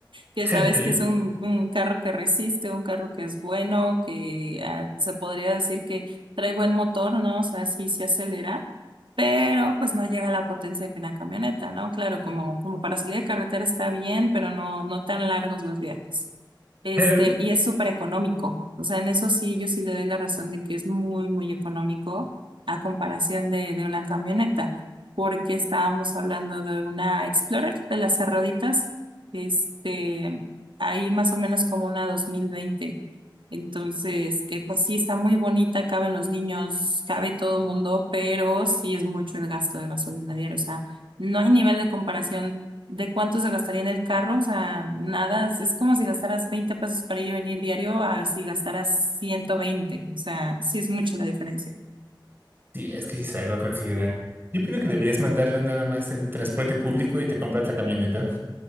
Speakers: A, on the right (about 80°); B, on the right (about 25°).
A: que
B: <laughs>
A: sabes
B: Ándale.
A: que es un, un carro que resiste, un carro que es bueno, que ah, se podría decir que trae buen motor, ¿no? O sea, sí se acelera, pero pues no llega a la potencia que una camioneta, ¿no? Claro, como, como para salir de carretera está bien, pero no, no tan largos los viajes. Este,
B: Claro.
A: y es súper económico. O sea, en eso sí, yo sí le doy la razón de que es muy, muy económico a comparación de, de una camioneta, porque estábamos hablando de una Explorer de las cerraditas, este, ahí más o menos como una dos mil veinte, Entonces, que pues sí está muy bonita, caben los niños, cabe todo el mundo, pero sí es mucho el gasto de gasolina diaria. O sea, no hay nivel de comparación ¿De cuánto se gastaría en el carro? O sea, nada, es es como si gastaras 20 pesos para ir y venir diario a si gastaras ciento veinte O sea, sí es mucho la diferencia.
B: Sí, es que sí es algo a considerar. Yo opino que deberías mandarlo nada más en transporte público y te compras la camioneta.